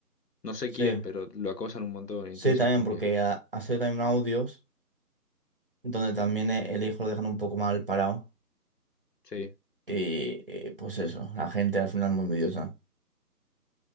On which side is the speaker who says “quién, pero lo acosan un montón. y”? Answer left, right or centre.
Left